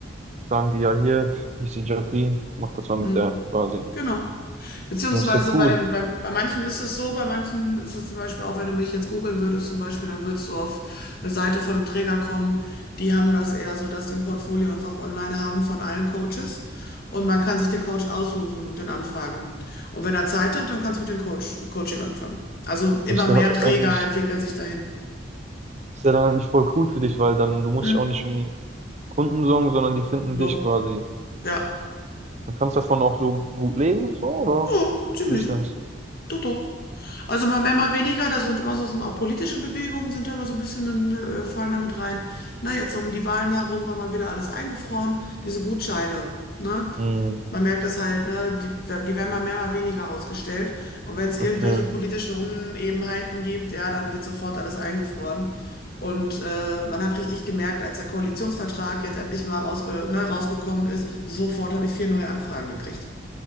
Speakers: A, on the right; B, on the left.
A: sagen die ja hier, hier ist die Jacqueline, mach das mal mit
B: Hm?
A: der quasi.
B: Genau. Beziehungsweise
A: Ja, ist ja cool.
B: bei den, bei, bei manchen ist es so, bei manchen ist es zum Beispiel auch, wenn du mich jetzt googeln würdest, zum Beispiel, dann würdest du auf eine Seite von einem Träger kommen. Die haben das eher so, dass die ein Portfolio einfach online haben von allen Coaches. Und man kann sich den Coach aussuchen und den anfragen. Und wenn er Zeit hat, dann kannst du mit dem Coach, Coaching anfangen. Also immer
A: Ist
B: mehr
A: ja
B: Träger
A: eigentlich,
B: entwickeln sich dahin.
A: ist ja dann eigentlich voll cool für dich, weil dann du musst
B: Hm?
A: dich auch nicht um Kunden sorgen, sondern die finden
B: Jo.
A: dich quasi.
B: Ja.
A: Du kannst davon auch so gut leben und so, oder?
B: Ja, ziemlich.
A: Wie ist das?
B: Doch, doch. Also mal mehr, mal weniger, da sind immer so, sind auch politische Bewegungen sind da immer so ein bisschen, äh, fallen damit rein. Na, jetzt um die Wahlen herum war mal wieder alles eingefroren, diese Gutscheine, ne?
A: Hm,
B: Man merkt das halt, ne? Die, die werden mal mehr, mal weniger ausgestellt. Und wenn es irgendwelche
A: okay,
B: politischen Unebenheiten gibt, ja, dann wird sofort alles eingefroren. Und äh, man hat richtig gemerkt, als der Koalitionsvertrag jetzt endlich mal rausge, ne, rausgekommen ist, sofort habe ich vier neue Anfragen gekriegt.